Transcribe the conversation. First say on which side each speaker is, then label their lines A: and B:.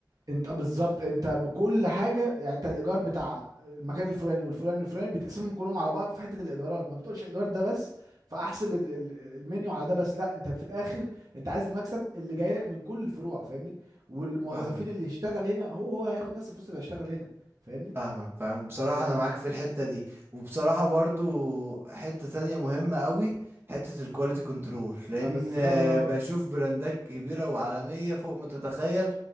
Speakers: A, on the right (about 55°); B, on the right (about 30°).
A: انت بالظبط انت بكل حاجه يعني انت الايجار بتاع المكان الفلاني والفلاني والفلاني بتقسمهم كلهم على بعض في حته الايجارات ما بتقولش ايجار ده بس فاحسب ال- ال- المنيو على ده بس لا انت في الاخر انت عايز المكسب اللي جاي لك من كل الفروع فاهمني والموظفين
B: فاهم
A: اللي يشتغل هنا هو هو هياخد نفس الفلوس اللي هيشتغل هنا فاهمني
B: فاهمك فاهم بصراحه
A: يعني
B: انا معاك في الحته دي وبصراحه برضو حته تانية مهمه قوي حته الكواليتي كنترول لان
A: ما بالظبط
B: آه، بشوف براندات كبيره وعالميه فوق ما تتخيل